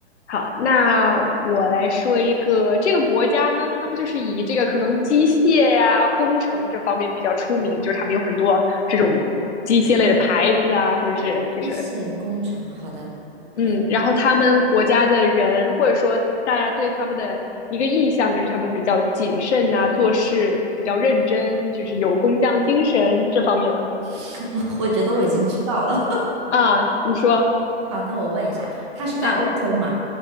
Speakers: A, on the left (about 80°); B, on the right (about 25°).
A: 好，那我来说一个，这个国家呢，他们就是以这个可能机械呀、工程这方面比较出名，就是他们有很多这种机械类的牌子啊，或者是就是
B: 机械工程，好的，还有呢，
A: 嗯，然后他们国家的人或者说大家对他们的一个印象就是他们比较谨慎啊，做事比较认真，就是有工匠精神这方面的
B: <laughs> 我我觉得我已经知道了。
A: 啊。你说
B: 好，那我问一下，它是在欧洲嘛？
A: 啊，